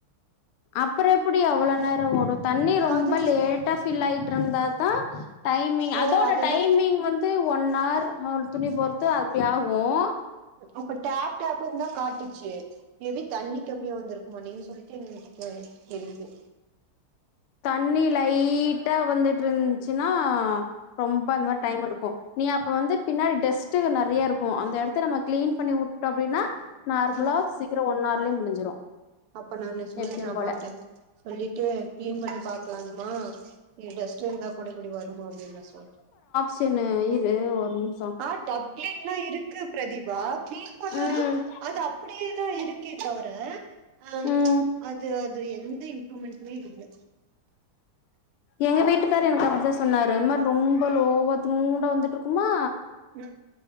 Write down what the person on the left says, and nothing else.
அப்புற எப்டி அவ்வளோ நேர ஓடும் தண்ணி ரொம்ப
லேட்டா ஃபில் ஆயிட்டு இருந்தாதா டைமிங்
அதோட
டைமிங் வந்து ஒன் ஹர் துணி பொறுத்து அப்டி ஆகும்
தண்ணி லைட்டா வந்துட்டு இருந்துச்சுன்னா ரொம்ப அந்த மாரி டைம் எடுக் கு நீ அப்ப வந்து பின்னாடி டஸ்ட் நறைய இருக்கும் அந்த எடத்த நம்ம கிளீன் பண்ணி வுட்டுட்டோ அப்டின்னா நார்மலா
சீக்கிர ஒன் ஆர்லயே முடிஞ்சிரு
எப்பயு
போல
செரி ந இரு ஒரு நிமிஷ
ம்
ம்
எங்க வீட்டுக்காரர் எனக்கு அப்டித்தா சொன்னாரு இந்த மாரி ரொம்ப லோவா இதூண்டா வந்து இருக்குமா